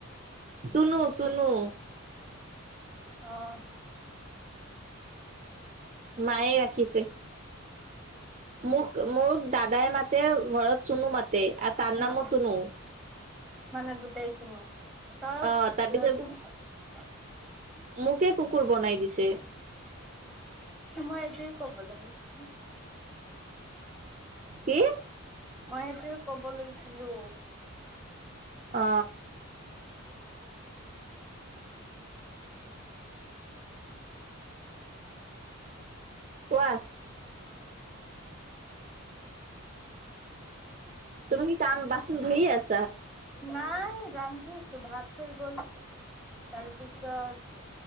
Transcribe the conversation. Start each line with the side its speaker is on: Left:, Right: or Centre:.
Right: চুনো চুনো
Centre: অহ
Right: মায়ে ৰাখিছে মোক মোৰ দাদাই মাতে ঘৰত চুনো মাতে আৰু তাৰ
Centre: অ
Right: নামো চুনো
Centre: মানে দুটাই চুনো ত ত <unintelligible>
Right: অ' তাৰপিছত মোকে কুকুৰ বনাই দিছে
Centre: মই এতোৱেই কব লাগিছিল
Right: কি
Centre: মই এইটোৱে কব লৈছিলো
Right: অ কোৱা? তুমি কি কাম বাচন ধুয়ে আছা
Centre: না ৰান্ধিছোঁ ভাত হৈ গল তাৰপিছত-